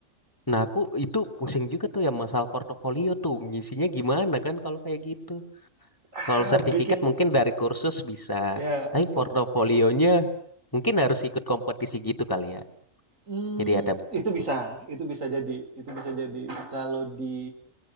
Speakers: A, on the left; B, on the right.
A: Nah, aku itu pusing juga tuh yang masalah portofolio tuh ngisinya gimana kan kalau kayak gitu.
B: Ah,
A: Kalau sertifikat
B: bikin
A: mungkin dari kursus bisa,
B: ya
A: tapi
B: pot.
A: portofolionya mungkin harus ikut kompetisi gitu kali ya.
B: Hmm,
A: Jadi ada,
B: itu
A: Mhm.
B: bisa, itu bisa jadi, itu bisa jadi. Kalau di